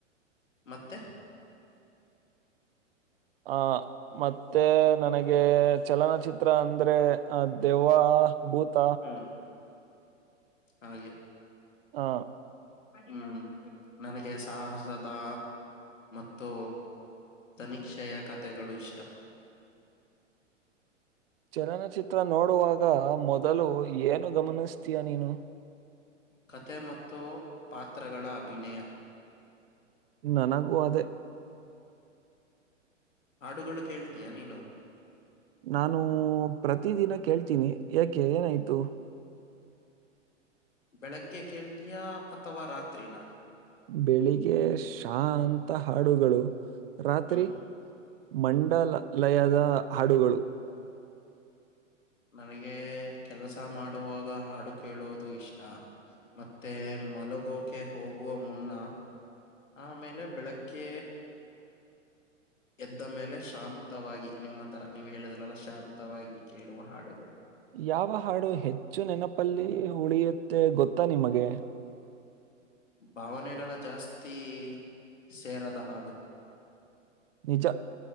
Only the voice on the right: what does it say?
ಆ ಮತ್ತೆ ನನಗೆ ಚಲನಚಿತ್ರ ಅಂದ್ರೆ ಅ ದೆವ್ವ ಭೂತ.
ಹಾ
ಚಲನಚಿತ್ರ ನೋಡುವಾಗ ಮೊದಲು ಏನು ಗಮನಿಸ್ತೀಯಾ ನೀನು
ನನಗೂ ಅದೇ
ನಾನು ಪ್ರತಿ ದಿನ ಕೇಳ್ತೀನಿ ಯಾಕೆ ಏನಾಯ್ತು
ಬೆಳಿಗ್ಗೆ ಶಾಂತ ಹಾಡುಗಳು ರಾತ್ರಿ
ಮಂಡಲ ಲಯದ ಹಾಡುಗಳು
ಯಾವ ಹಾಡು ಹೆಚ್ಚು ನೆನಪಲ್ಲಿ ಉಳಿಯುತ್ತೆ ಗೊತ್ತಾ ನಿಮಗೆ
ನಿಜ